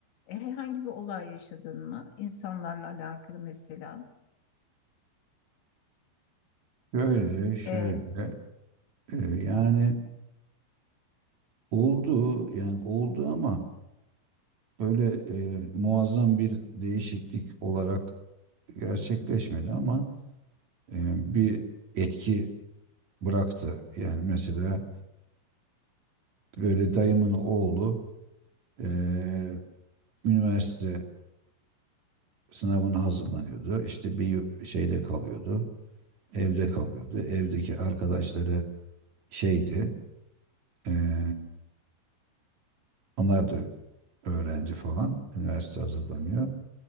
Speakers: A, on the left; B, on the right.
A: e, herhangi bir olay yaşadın mı? İnsanlarla alakalı mesela.
B: Şöyle şöyle
A: E,
B: e, yani oldu yani oldu ama böyle e, muazzam bir değişiklik olarak gerçekleşmedi ama e, bir etki bıraktı. Yani mesela Böyle dayımın oğlu eee, üniversite sınavına hazırlanıyordu. İşte bir yu- şeyde kalıyordu. Evde kalıyordu. Evdeki arkadaşları şeydi. eee, onlar da öğrenci falan. Üniversite hazırlanıyor.